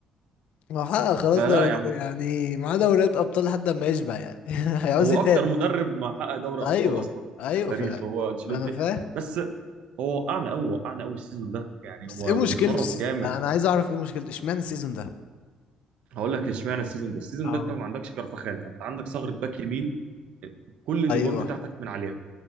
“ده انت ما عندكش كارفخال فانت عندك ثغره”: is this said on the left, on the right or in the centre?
Right